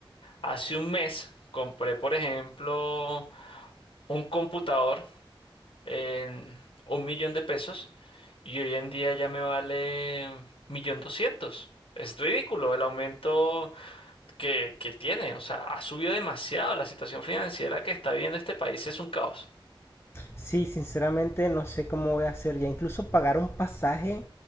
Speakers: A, on the left; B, on the left.
A: Hace un mes compré, por ejemplo, un computador en un millón de pesos. y hoy en día ya me vale millón doscientos. Es ridículo el aumento que, que tiene. O sea, ha subido demasiado. La situación financiera que está viviendo este país es un caos.
B: Sí, sinceramente no sé cómo voy a hacer ya. Incluso pagar un pasaje